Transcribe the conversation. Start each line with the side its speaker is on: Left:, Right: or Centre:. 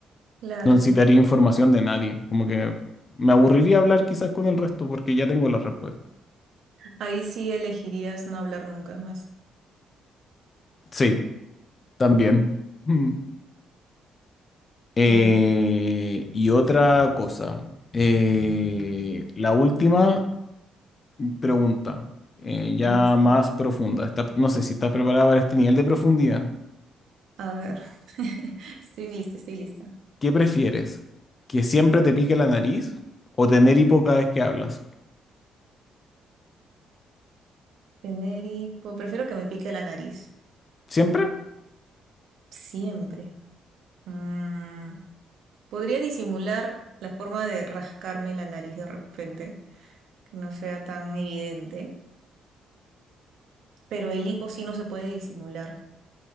Right: Claro.
Left: no necesitaría información de nadie. Como que me aburriría hablar quizás con el resto porque ya tengo la respuesta.
Right: Ahí sí elegirías no hablar nunca más.
Left: Sí. También. Mm. Eh,
Right: Yeah,
Left: y otra cosa. Eh, la última pregunta, eh, ya
Right: listo.
Left: más profunda. Está- no sé si estás preparada para este nivel de profundidad.
Right: A ver, <laughs> estoy lista, estoy lista.
Left: ¿Qué prefieres? ¿Que siempre te pique la nariz o tener hipo cada vez que hablas?
Right: Tener hipo, prefiero que me pique la nariz.
Left: ¿Siempre?
Right: Siempre. Mm, Podría disimular la forma de rascarme la nariz de repente, que no sea tan evidente, pero el hipo sí no se puede disimular.